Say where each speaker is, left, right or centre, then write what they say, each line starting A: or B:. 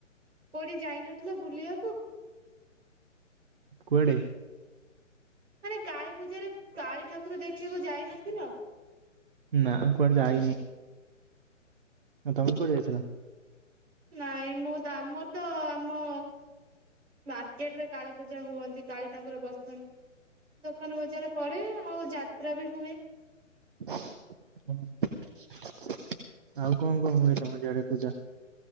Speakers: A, on the right; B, on the right.
A: କୋଉଠି ଯାଇନଥିଲ, ବୁଲିଆକୁ?
B: କୁଆଡେ?
A: ମାନେ କାଳୀ ପୂଜାରେ, କାଳୀ ଠାକୁର ଦେଖିବାକୁ ଯାଇନଥିଲ?
B: ନା, କୁଆଡେ ଯାଇନି। ଆଉ ତମେ କୁଆଡେ ଯାଇଥିଲ?
A: ନାଇଁ ମୁଁ, ଆମ ତ ଆମ ମାର୍କେଟ ରେ କାଳୀ ପୂଜା ହୁଅନ୍ତି, କାଳୀ ଠାକୁର ବସନ୍ତି। ଦୋକାନ ବଜାର ପଡେ, ଆଉ ଯାତ୍ରା ବି ହୁଏ।
B: ଆଉ କଣ, କଣ ହୁଏ ତମର ଆଡେ ପୂଜା?